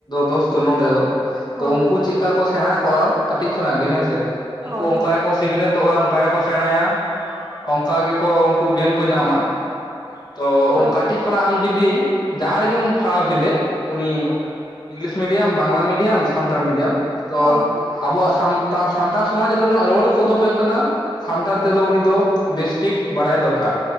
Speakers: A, on the left; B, on the right.
A: ᱫᱚᱥ ᱫᱚ ᱱᱚᱰᱮ ᱫᱚ ᱾ ᱛᱚ
B: ᱦᱳᱭ
A: ᱩᱱᱠᱩ ᱪᱮᱫᱠᱟ ᱠᱚ ᱥᱮᱬᱟ ᱟᱠᱚᱣᱟ ᱠᱟᱹᱴᱤᱡ ᱠᱷᱚᱱᱟᱜ ᱜᱮ ᱦᱮᱸᱥᱮ, ᱩᱱᱠᱩ
B: ᱦᱳᱭ
A: ᱚᱱᱠᱟ ᱜᱮᱠᱚ ᱥᱤᱠᱷᱱᱟᱹᱛᱚᱜᱼᱟ ᱚᱱᱠᱟ ᱜᱮᱠᱚ ᱥᱮᱬᱟᱭᱟ ᱾ ᱚᱱᱠᱟ ᱜᱮᱠᱚ ᱩᱱᱠᱩ ᱜᱮᱱ ᱠᱚ ᱧᱟᱢᱟ ᱾ ᱛᱚ
B: ᱦᱳᱭ
A: ᱠᱟᱴᱤᱡ ᱠᱷᱚᱱᱟᱜ ᱟᱢ ᱡᱩᱫᱤ ᱡᱟᱦᱟᱸ ᱨᱮᱜᱮᱢ ᱯᱷᱟᱲᱟᱣ ᱠᱮᱫᱮ, ᱩᱱᱤ English medium Bangla medium Santali medium ᱾ᱛᱚ
B: ᱦᱳᱭ
A: ᱟᱵᱚᱣᱟᱜ ᱥᱟᱱ ᱥᱟᱱᱛᱟᱲ ᱥᱚᱢᱟᱡᱽ ᱨᱮᱱᱟᱜ ᱨᱚᱲ ᱠᱚᱫᱚ ᱦᱩᱭᱩᱜ ᱠᱟᱱᱟ ᱥᱟᱱᱛᱟᱲ ᱛᱮᱫᱚ ᱩᱱᱤ ᱫᱚ ᱵᱮᱥᱴᱷᱤᱠ ᱵᱟᱲᱟᱭ ᱫᱚᱨᱠᱟᱨ